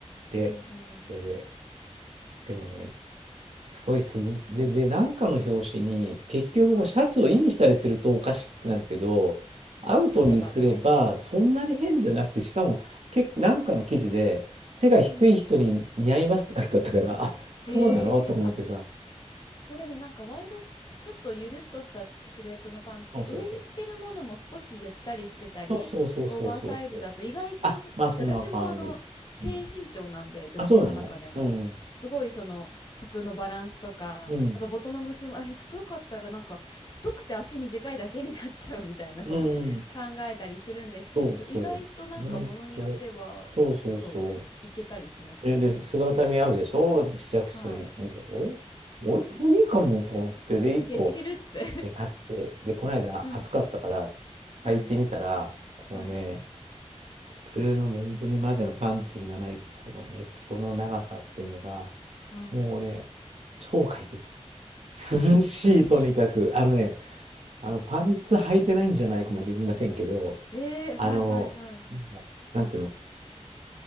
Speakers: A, on the right (about 65°); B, on the left (about 40°).
A: で、
B: うんうん。
A: それで、でもね、すごい筋で、で、なんかの表紙に、結局こうシャツをインしたりするとおかしくなるけど、
B: はい。
A: アウトにすればそんなに変じゃなくて、
B: <laughs> 出せばみたいな。
A: しかも結構なんかの記事で、背が低い人に似合いますって書いてあったから、
B: うん。
A: あ、
B: へえ、
A: そうなのと思ってさ。
B: あ、まあ、でもなんかワイドちょっとゆるっとしたシルエットのパンツって上に着てるものも少しゆったりしてたりオーバーサイズだと意外と私もあの低身長なんで女性の中でもすごいその服のバランスとかやっぱボトの結びあ太かったらなんか太くて足短いだけになっちゃうみたいなそう
A: そうそうそう。そうそうそうそうそうそう。あ、まあそんな感じ。うん、あ、そうなのうん。うん。うん。
B: 考えたりするんですけどそう意外となんかものによってはそういけたりしますよね。
A: そうそう。意外と。そうそうそう。え、で、姿見あるでしょ試着室に見て、
B: は
A: 俺、俺もいいかもと思って、で、1個、
B: い。いけ、いけるって
A: で、買って、で、この間暑かったから、
B: <laughs> うん。はい。
A: 履いてみたら、このね、
B: はい。
A: 普通のメンズにまでのパンツにはない、このね、その長さっていうのが、
B: うん。
A: もうね、超快適。涼しい、
B: 快適。
A: とにかく。あのね、あの、パンツ履いてないんじゃないかまで言いませんけど、
B: ええ、
A: あの、
B: はいはいはい。
A: もうなんていうの、